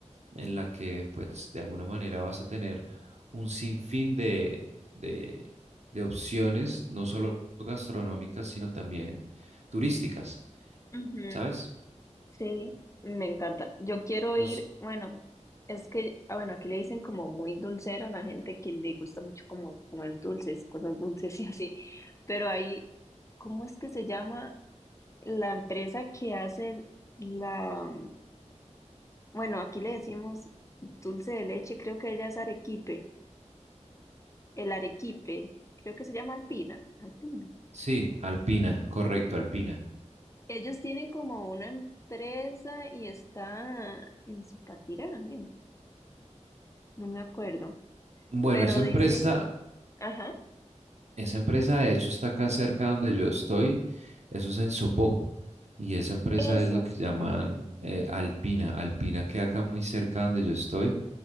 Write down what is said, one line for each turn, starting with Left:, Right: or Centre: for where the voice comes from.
Right: en la que pues de alguna manera vas a tener un sinfín de, de, de opciones, no solo gastronómicas, sino también turísticas,
Left: ujú,
Right: ¿sabes?
Left: Sí, me encanta. Yo quiero
Right: Nos-
Left: ir, bueno, es que, ah, bueno, aquí le dicen como muy dulcera a la gente que le gusta mucho como comer dulces, cosas dulces <laughs> y así, pero ahí, ¿cómo es que se llama la empresa que hace la... Bueno, aquí le decimos dulce de leche, creo que ella es arequipe, el arequipe, creo que se llama Alpina, Alpina.
Right: sí, Alpina, correcto, Alpina.
Left: Ellos tienen como una empresa y está en Zipaquirá, ¿eh? No me acuerdo,
Right: Bueno,
Left: pero
Right: esa empresa
Left: dicen, ajá,
Right: Esa empresa, de hecho, está acá cerca donde yo estoy. Eso es en Sopó. Y esa empresa
Left: eso,
Right: es lo que
Left: eso.
Right: llaman
Left: oh,
Right: eh, Alpina. Alpina queda acá muy cerca donde yo estoy.